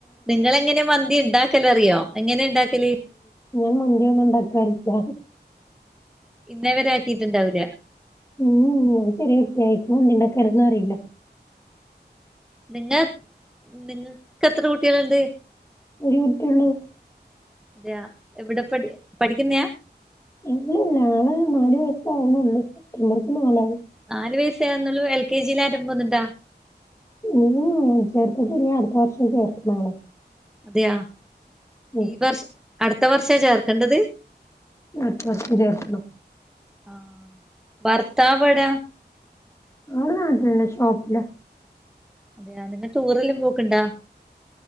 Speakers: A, in the centre; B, on the left.
A: നിങ്ങൾ എങ്ങനെ മന്തി ഉണ്ടാക്കലറിയോ എങ്ങനെ ഉണ്ടാക്കല്
B: ഞാൻ മന്തി ഒന്നും ഉണ്ടാക്കാറില്ല
A: ഇന്നേവരെ ആക്കിയിട്ടുണ്ടാവില്ല
B: ഉം ചെറിയ കേക്കുണ്ടാക്കാനൊന്നും അറിയില്ല
A: പിന്നെ നിങ്ങക്ക് എത്ര കുട്ടികളുണ്ട്
B: ഒരൂട്ട്യോള്ളൂ
A: ഞാൻ എവിടെ പഠി പഠിക്കുന്നയാ
B: ഇല്ലല്ലാള് <unintelligible> അവർക്ക് നാലായി
A: നാല് വയസേ ആകുന്നുള്ളൂ എൽ കെ ജിൽ അൻ പോകുന്നുണ്ടോ?
B: ഉം ചേർത്തിട്ടില്ല അടുത്ത വർഷം ചേർക്കണം
A: തെയോ
B: ഉം
A: ഈ വർഷ അടുത്ത വർഷ ചേർക്കേണ്ടത്
B: അട്ത വർഷം ചേർക്കണം
A: ആഹ് ഭർത്താവ് എവിട
B: അവിടെ നാട്ടിലന്നെ ഷോപ്പില
A: അതേ നിങ്ങ ടൂറെല്ലാം പോക്കണ്ടാ